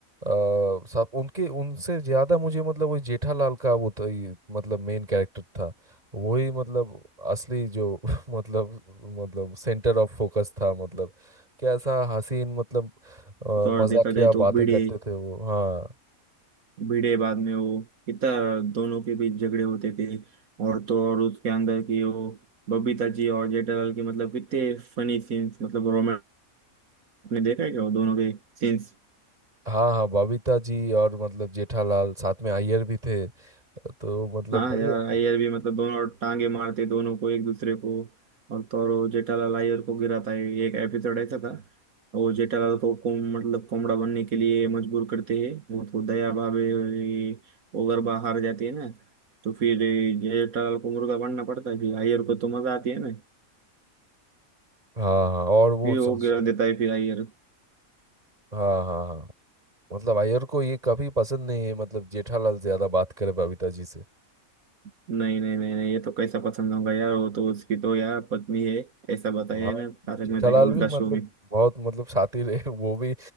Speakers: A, on the right (about 30°); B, on the right (about 75°).
A: आ, साहब उनके उनसे ज्यादा मुझे मतलब वही जेठालाल का वो तो ये, मतलब मेन कैरेक्टर था वही मतलब असली जो <laughs> मतलब मतलब सेंटर ऑफ फोकस था मतलब कैसा हसीन मतलब अ,
B: तो और
A: मजाकिया
B: देखा जाए तो
A: बातें
B: भिड़े
A: करते थे वो हाँ
B: भिड़े बाद में वो कितना दोनों के बीच झगड़े होते थे और तो और उसके अंदर की वो बबीता जी और जेठालाल के मतलब कितने फनी सीन्स मतलब रोमांस में देखा है क्या वो दोनों के सीन्स
A: हाँ हाँ बबीता जी और मतलब जेठालाल साथ में अय्यर भी थे तो मतलब
B: हाँ
A: बढ़िया
B: यार
A: थे
B: अय्यर भी मतलब दोनों टांगे मारते दोनों को एक दूसरे को और तो और वो जेठालाल अय्यर को गिराता है एक एपिसोड ऐसा था वो जेठालाल को कोम मतलब कोमड़ा बनने के लिए मजबूर करते हैं वो तो दया भावे ये ओगरबा हार जाती है ना तो फिर ये जेठालाल को मुर्गा बनना पड़ता है फिर अय्यर को तो मजा आती है ना
A: हाँ हाँ और
B: फिर
A: वो संस
B: वो गिरा देता है फिर अय्यर
A: हाँ हाँ हाँ मतलब अय्यर को ये कभी पसंद नहीं है मतलब जेठालाल ज्यादा बात करे बबीता जी से
B: नहीं नहीं नहीं नहीं ये तो कैसा पसंद होगा यार वो तो उसकी तो यार पत्नी है ऐसा बताया
A: हाँ
B: है ना तारक
A: जेठालाल
B: मेहता के उल्टा
A: भी मतलब
B: शो में
A: बहुत मतलब शातिर है <laughs> वो भी